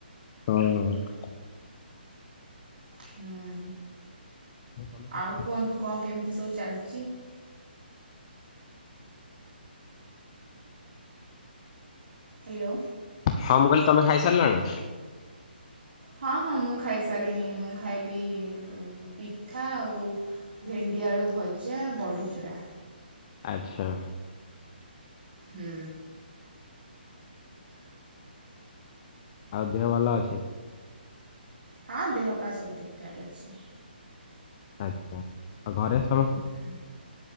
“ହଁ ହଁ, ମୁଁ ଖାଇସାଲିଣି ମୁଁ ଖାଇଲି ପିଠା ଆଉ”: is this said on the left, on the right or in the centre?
Right